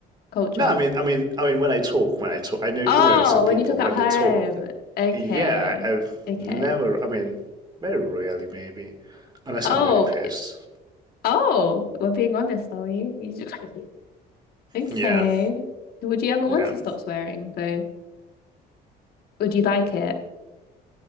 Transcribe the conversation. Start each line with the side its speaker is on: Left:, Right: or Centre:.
Left: culture?
Right: No, I mean, I mean, I mean, when I talk, when I talk, I know, you
Left: Oh,
Right: know, some people
Left: when you talk
Right: when
Left: at home.
Right: they talk,
Left: Okay.
Right: yeah, I've
Left: Okay.
Right: never, I mean, very rarely maybe, unless
Left: Oh,
Right: I'm really pissed.
Left: oh, we're being honest, are we? You just... <laughs> Okay.
Right: Yeah,
Left: Would you ever
Right: yeah.
Left: want to stop swearing though? Would you like it?